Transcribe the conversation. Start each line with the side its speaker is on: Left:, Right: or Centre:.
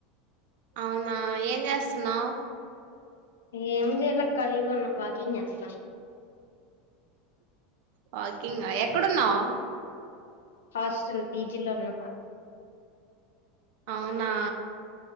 Right: అవునా ఏం చేస్తున్నావు్
Left: ఏం చేయలో కలిగా వాకింగ్ చేస్తాం
Right: వాకింగ్ గా ఎక్కడున్నావు
Left: హాస్టల్ పీజిలో ఉన్న
Right: అవునా